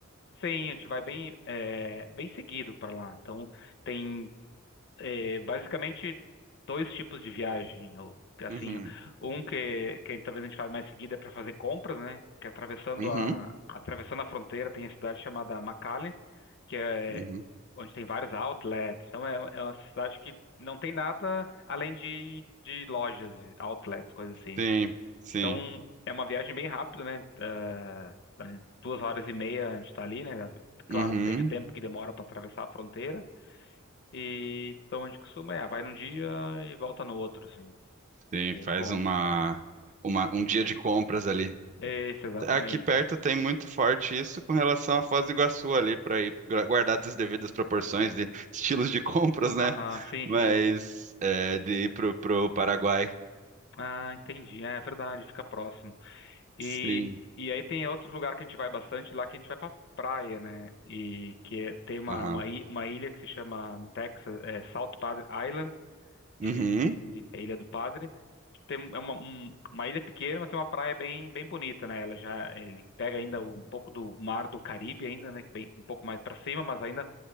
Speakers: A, on the left; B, on the right.
A: Sim, a gente vai bem, é, bem seguido para lá. Então, tem é, basicamente dois tipos de viagem, ou assim,
B: Uhum.
A: um que, que talvez a gente fale mais seguida é para fazer compras, né? Que é atravessando
B: Uhum.
A: a atravessando a fronteira tem a cidade chamada McAllen, que é
B: Uhum.
A: onde tem vários outlets. Então é, é uma cidade que não tem nada além de de lojas, outlets, coisas assim.
B: Sim, sim.
A: Então é uma viagem bem rápida, né? Ah, duas horas e meia a gente está ali, né? Claro,
B: Uhum.
A: depende do tempo que demora para atravessar a fronteira. E, então a gente costuma, ah, vai num dia e volta no outro, assim.
B: Sim,
A: E aí
B: faz
A: compra.
B: uma, uma um dia de compras ali.
A: Isso, exatamente.
B: Aqui perto tem muito forte isso com relação à Foz do Iguaçu ali, para ir gra- guardadas as devidas proporções de estilos de <laughs> compras, né?
A: Aham, sim,
B: Mas
A: sim.
B: é, de ir pro, pro Paraguai.
A: Ah, entendi. É, é verdade, fica próximo. E,
B: Sim.
A: e aí tem outro lugar que a gente vai bastante, lá que a gente vai pra praia, né? E que é- tem uma,
B: Aham.
A: uma, i- uma ilha que se chama no Texas, é, South Padre Island. e
B: Uhum.
A: que é a Ilha do Padre, que tem é uma, um- uma ilha pequena, mas tem uma praia bem bem bonita, né? Ela já ele pega ainda um pouco do mar do Caribe ainda, né? que Bem, um pouco mais para cima, mas ainda